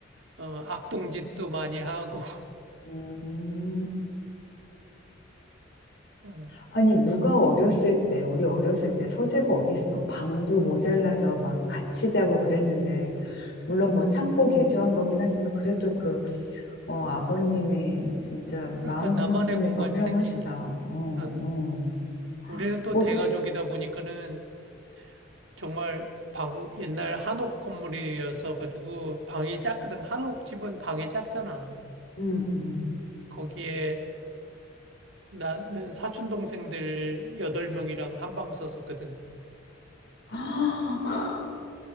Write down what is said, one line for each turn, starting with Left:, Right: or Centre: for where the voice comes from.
Right: 어, 악동짓도 많이 하고,
Left: 음.
Right: <laughs> 음,
Left: 아니, 누가 어렸을 때, 우리 어렸을 때 서재가 어딨어. 방도 모자라서 막 같이 자고 그랬는데, 물론 뭐 참고 개조한 거긴 하지만, 그래도 그, 어, 아버님이 진짜
Right: 그러니까
Left: 마음
Right: 나만의
Left: 씀씀이가
Right: 공간이
Left: 훌륭하시다.
Right: 생긴 게.
Left: 어,
Right: 어.
Left: 어.
Right: 우리는 또
Left: 뭐,
Right: 대가족이다 보니까는 정말 방, 옛날 한옥 건물이어서 가지고 방이 작거든. 한옥 집은 방이 작잖아.
Left: 음, 음.
Right: 거기에 나는 사촌 동생들 여덟 명이랑 한 방 썼었거든.
Left: <gasps>